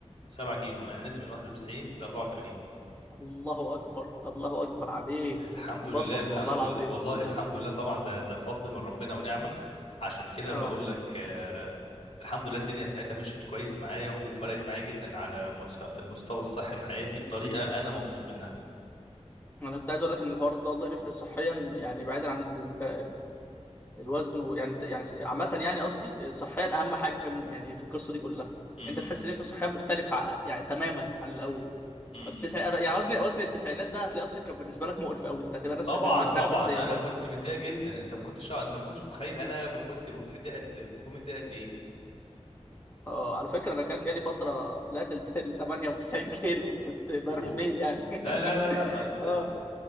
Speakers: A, on the left; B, on the left.
A: 7 كيلو انا نازل من 91 ل 84
B: الله اكبر الله اكبر عليك
A: الحمد لله
B: بطل
A: الحمد
B: والله العظيم
A: لله والله الحمد لله طبعا ده ده فضل من ربنا ونعمه عشان كده
B: اه
A: بقول لك آه، الحمد لله الدنيا ساعتها مشيت كويس معايا وفرقت معايا جدا على مس- في المستوى الصحي في حياتي بطريقه انا مبسوط منها
B: انا كنت عايز اقول لك ان الحوار ده والله بيفرق صحيا يعني بعيدا عن الت... الوزن و... يعني يعني عامة يعني قصدي صحيا أهم حاجة م- يعني في القصة دي كلها
A: م-
B: أنت تحس
A: م-
B: إن أنت صحيا مختلف ع- يعني تماما عن الأول
A: م-
B: في التسع...
A: م.
B: يعني وزن وزن التسعينات ده هتلاقي أصلا كان بالنسبة لك مقرف أوي أنت هتبقى نفسك
A: طبعا
B: مش مرتاح
A: طبعا
B: نفسيا برضه
A: انا كنت متضايق جدا انت ما كنتش انت ما كنتش متخيل انا ب- كنت بكون متضايق قد إزاي- بكون متضايق قد ايه
B: آه على فكرة أنا كان جالي فترة طلعت ل <laughs> 98 كيلو كنت برميل
A: و...
B: يعني
A: لا
B: <laughs>
A: لا لا لا ما ت...
B: آه